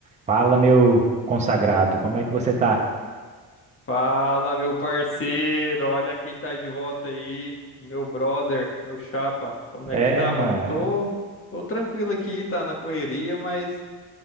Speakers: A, on the right (about 15°); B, on the left (about 30°).
A: Fala, meu consagrado, como é que você tá?
B: Fala, meu parceiro, olha quem tá de volta aí, meu brother, meu chapa. Como
A: É,
B: é que tá,
A: mano.
B: mano? Eu tô, tô tranquilo aqui, tá na correria, mas